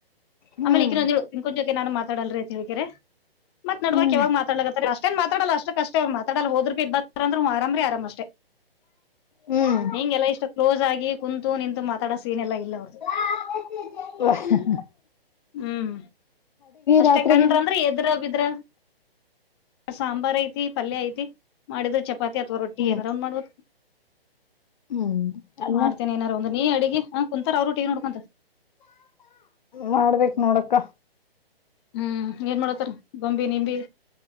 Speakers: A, on the left; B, on the left.
A: ಹ್ಮ್
B: ಆಮೇಲೆ ಈಕನ್ನೊಂದ ಅಂದಳು ರೂಪ ಜೊತೆ ನಾನು ಮಾತಾಡಲ್ರರಿ ಅಂತ ಹೇಳ್ಕರ. ಮತ್ ನಾಡಬರ್ಕ
A: ಹ್ಮ್
B: ಯಾವಾಗ ಮಾತಾಡ್ಲಕತ್ತ ಅಷ್ಟೇನ್ ಮಾತಡಲ್ಲ ಅಷ್ಟೇ್ತಾಡ ಹೋದ್ರ ಬಿ ಬಾರ ಅಂದ್ರ್ರಾಮ್ರರಿ ಆರಾಮ ಅಷ್ಟೇ.
A: ಹ್ಮ್
B: ಹಿಂಗೆಲ್ಲಾ ಇಷ್ಟು ಕ್ಲೋಸ್ ಆಗಿ ಕುಂತು ನಿಂತು ಮಾತಾಡ ಸೀಏನೆ ಎಲ್ಲ ಇಲ್ಲ ಅವ್ರದು.
A: ಹ-
B: ಹುಂ ಅಷ್ಟೇ
A: ರಾತ್ರಿಗೆ
B: ಕಡ್ರ ಅಂದ್ರೆ ಎದ್ರ ಬಿದ್ರ ಸಾಂಬಾರ ಐ ಐತಿ ಪಲ್ಯ ಐತಿ ಮಾಡಿದ್ರ ಚಪಾತಿ ಅಥವಾ ರೊಟ್ಟಿ
A: ಹ್ಮ್
B: ಏನರ ಒಂದ್ ಮಾಡುದ
A: ಹ್ಮ್ ಅನ್ನ
B: ಮಾಡ್ತೇನಿ ಏನಾರು ಒಂದು ನೀ ಅಡಗಿ ಹ ಕುಂತಾರ ಅವರು ಟಿವಿ ನೋಡ್ಕೊಂತ
A: ಮಾಡ್ಬೇಕ್ ನೋಡಕ್ಕಾ
B: ಹ್ಮ್ ಏನ್ ಮಾಡತ್ತಾರ ಗೊಂಬಿ ನಿಂಬಿ